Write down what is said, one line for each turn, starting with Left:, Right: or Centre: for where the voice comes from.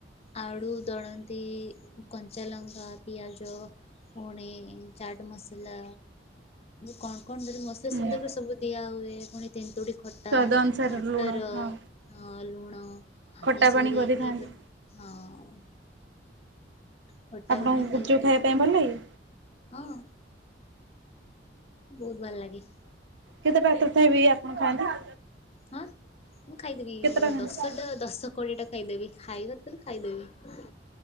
Left: ଆଳୁ ଦଳନ୍ତି, କଞ୍ଚା ଲଙ୍କା, ପିଆଜ ପୁଣି ଚାଟ ମସଲା। କଣ କଣ ଜଦି ମସଲା
Right: ହୁଁ
Left: ସୁବିଧା ହୁଏ ସବୁ ଦିଆ ହୁଏ ପୁଣି ତେନ୍ତୁଡ଼ି ଖଟା,
Right: ସ୍ଵାଦ ଅନୁସାରେ
Left: ମଟର
Right: ଲୁଣ
Left: ଅଁ
Right: ହଁ।
Left: ଲୁଣ।
Right: ଖଟା
Left: ଏସବୁ
Right: ପାଣି
Left: ଦେଇକି
Right: କରିଥାନ୍ତି।
Left: ପୁରା ହଁ ଉ ଖଟା
Right: ଆପଣଙ୍କୁ
Left: ପାଣି
Right: ଗୁପଚୁପ୍
Left: ଖାଇ କରି
Right: ଖାଇବା ପାଇଁ ଭଲ ଲାଗେ?
Left: ହଁ ବହୁତ୍ ଭଲ ଲାଗେ
Right: କେତେ ପାତର ଥାଇବି ଆପଣ ଖାଆନ୍ତି
Left: ହାଁ। ମୁଁ ଖାଇଦେବି
Right: କେତେଟା ଖାଆନ୍ତି?
Left: ଦଶଟା ଦଶ କୋଡ଼ିଏ ଟା ଖାଇଦେବି ଖାଇବା ତା ଖାଇଦେବି